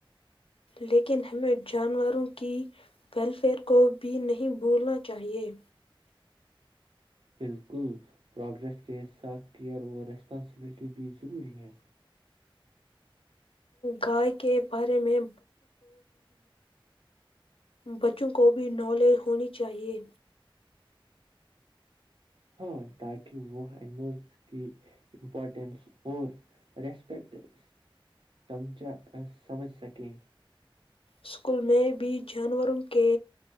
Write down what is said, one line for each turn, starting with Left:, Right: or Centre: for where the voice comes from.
Left: لیکن ہمیں جانوروں کی ویلفیئر کو بھی نہیں بھولنا چاہیے
Right: بالکل پروگریس کے ساتھ کیئر اور ریسپانسبلٹی بھی ضروری ہے
Left: گائے کے بارے میں بچوں کو بھی نالج ہونی چاہے
Right: ہاں تاکہ وہ اینیملس کی امپورٹینس اور ریسپیکیکٹ تم چا سمجھ سکیں
Left: اسکول میں بھی جانوروں کے